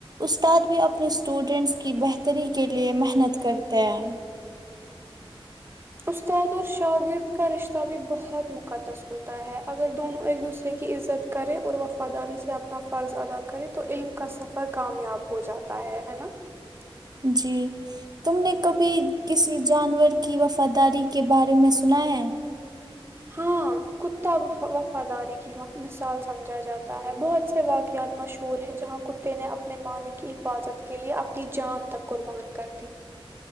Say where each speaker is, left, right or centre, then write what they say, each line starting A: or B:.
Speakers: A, on the right; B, on the right.
A: استاد بھی اپنی اسٹوڈینٹس کی بہتری کے لیے محنت کر <unintelligible>
B: <unintelligible>
A: جی تم نے کبھی کسی جانور کی وفاداری کے بارے میں سنا ہے
B: ہاں کتا وفاداری کی مثال سمجھا جاتا ہے بہت سے واقعات مشہور ہے جہاں کتے نے اپنے مالک کی حفاظت کے لیئے اپنی جان تک قربان کرد